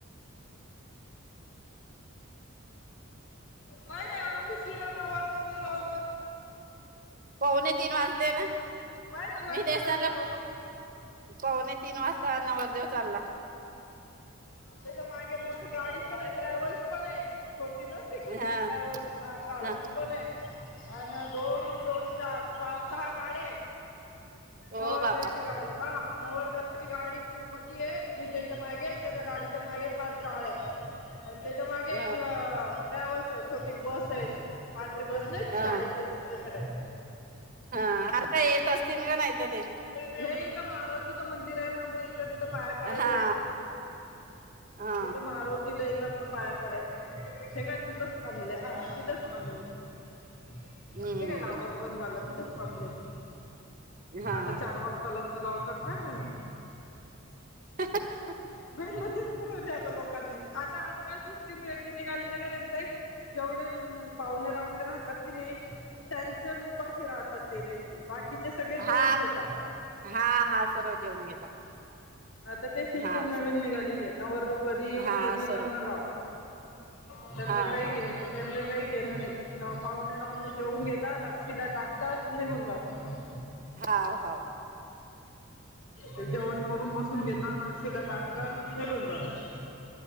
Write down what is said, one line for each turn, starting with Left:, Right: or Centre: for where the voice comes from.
Left: नाहीय नाही एवढा किरण वाढतो मीरवणूक.
Right: पाहणे तीन वाजले ना
Left: पाहि ना
Right: मी
Left: लग्न
Right: देसनाला.
Left: कधी लावतो
Right: पवणे तीन वाजता नवरदेव चालला.
Left: त्याच्या मागे मोठी गाडी पण आहे ट्रॅव्हल्स पण आहे. होती ना <inaudible> ट्रॅव्हल्
Right: हा
Left: महाकालती
Right: हा
Left: पण आहे. अ ना दोन दोन चार पाच सहा गाड्या आहेत.
Right: हो
Left: नवर्धची
Right: बापा
Left: गाडी हा नवर्धची गाडी पू मध्ये आहे डीजेच्या मागे. त्याच्या्या गाडीच्या मागे पाच गाड्या आहे. आणि त्याच्या मागे
Right: ह
Left: एक ट्रॅव्हल्स आहे छोटी बस आहे अशी पांढरी बस नाही तर
Right: ह
Left: शाळेची तसे नाही.
Right: हा आता येेतस तम गनयत ते.
Left: हे मारुतीचं मंदिर आहे ना आमच्या इथं तिथं पाहे पडायला
Right: हा
Left: येतना.
Right: हा
Left: इथं मारुतीला येतात ना पाया पडत हे का तिथंच थांबलं हा तिथंच थांबले. हे
Right: हम्म
Left: काय आवाज बंद झाला तिथच थांबले मी
Right: हा
Left: आता चार वाजता लग्न लावतात काय मामाहीती.
Right: <unintelligible>
Left: च बरो आता लोकांनी आता आजकाल सिस्टीम वेगळी निघाली नाही पर्यंत जेव पाहुणे राहणे राहतात की नाही त्यांच्याच उपाशी राहतात ते त्यांचे. बाकीचे सगळे जेऊन
Right: हा
Left: घेतात.
Right: हा हा सर्व जेवण घेतात
Left: आता ते सिस्टम
Right: हा
Left: नवीन निघालेली आहे नवर तो कधी येऊन
Right: हा
Left: कधी
Right: सर्व
Left: लग्न लाव. त्यांना
Right: हा
Left: काही
Right: हा
Left: घेन त्यां काही घेणं नाही पाहुणे राहुणे जेऊन घेतात अक्षिदा टाकतात आणि निघून जातात.
Right: हा ह.
Left: ते जेवण करून बसून घेतना. अक्षता टाकतात निघून जातात.